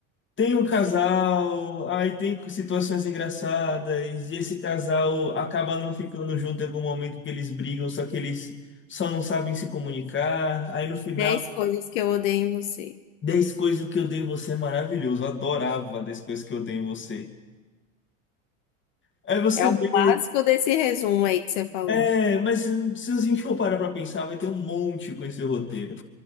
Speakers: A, on the left; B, on the left.
A: Tem um casal, aí tem situações engraçadas, e esse casal acaba não ficando junto em algum momento que eles brigam, só que eles só não sabem se comunicar. Aí no final,
B: dez coisas que eu odeio em você.
A: 10 coisas que eu dei em você é maravilhoso, eu adorava 10 coisas que eu dei em você. Aí você
B: É o
A: vê,
B: clássico desse resumo aí que você falou.
A: é, mas se a gente for parar pra pensar, vai ter um monte com esse roteiro.